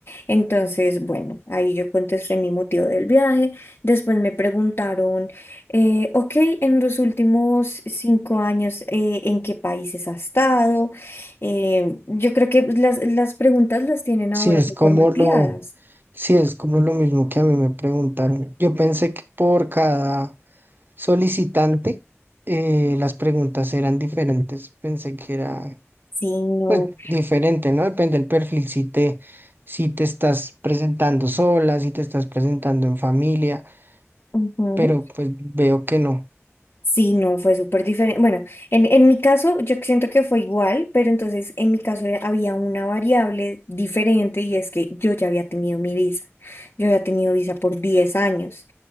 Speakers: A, on the left (about 50°); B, on the right (about 45°).
A: Entonces, bueno, ahí yo contesté mi motivo del viaje. Después me preguntaron, eh, ok, en los últimos cinco años, eh, ¿en qué países has estado? Eh, yo creo que las, las preguntas las tienen
B: Si
A: ahora
B: es
A: muy
B: como
A: formateadas.
B: lo, si es como lo mismo que a mí me preguntaron. Yo pensé que por cada solicitante eh, las preguntas eran diferentes. Pensé que era
A: Sí, no.
B: pues diferente, ¿no? Depende del perfil, si te, si te estás presentando sola, si te estás presentando en familia,
A: Ujú.
B: pero pues veo que no.
A: Sí, no, fue súper diferente. Bueno, en, en mi caso yo siento que fue igual, pero entonces en mi caso eh, había una variable diferente y es que yo ya había tenido mi visa. Yo había tenido visa por 10 años.